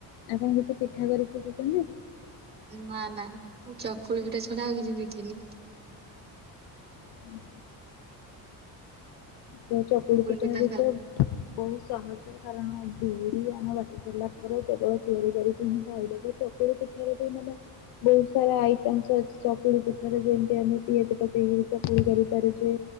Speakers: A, on the left; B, on the right.
A: ଆପଣ କିଛି ପିଠା କରି ଶିଖିଛନ୍ତି।
B: ନା ନା ଚକୁଳି ପିଠା ଛଡ଼ା ଆଉ କିଛି ଶିଖିନି।
A: ହୁଁ ତ ଚକୁଳି ପିଟା
B: ପିଠା
A: ବି
B: ଖାଲି
A: ତ ବହୁତ ସହଜ କାରଣ ବିରି ଆଣ ବାଟି ଦେଲା ପରେ କେବଳ ତିଆରି କରିକି ହିଁ ଖାଇଦେବ ଚକୁଳି ପିଠାରେ ବି ମାନେ ବହୁତ ସାରା ଆଇଟମସ ଅଛି। ଚକୁଳି ପିଠାରେ ଯେମିତି ଆମେ ପିଆଜ ପକେଇକି ଚକୁଳି କରି ପାରୁଛେ